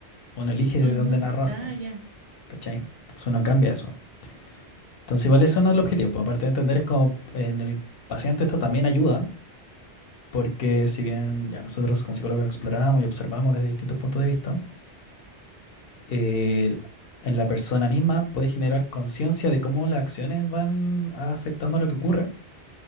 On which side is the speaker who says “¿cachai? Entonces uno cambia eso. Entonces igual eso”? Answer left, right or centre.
Left